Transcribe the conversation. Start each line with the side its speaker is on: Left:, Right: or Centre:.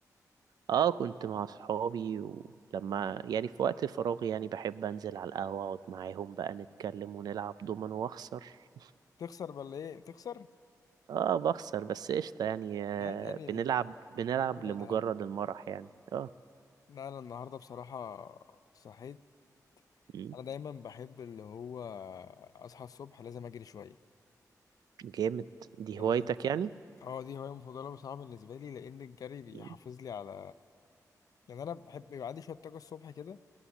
Right: اه كنت مع صحابي ولما يعني في وقت فراغي يعني بحب انزل على القهوة اقعد معاهم بقى نتكلم ونلعب دومينو واخسر
Left: تخسر ولا ايه بتخسر
Right: <laughs> اه بخسر بس قشطة يعني آه
Left: عادي انا ال-
Right: بنلعب بنلعب
Left: ممكن
Right: لمجرد
Left: أنا اتعلم
Right: المرح يعني اه
Left: لا انا النهارده بصراحه صحيت
Right: مم.
Left: انا دايما بحب اللي هو اصحى الصبح لازم اجري شويه
Right: جامد دي
Left: يعني
Right: هوايتك
Left: <laughs> بحب-
Right: يعني
Left: اه دي هوايه مفضله بصراحه بالنسبه لي لان الجري بيحافظ
Right: مم.
Left: لي على يعني انا بحب يبقى عندي شويه طاقه الصبح كده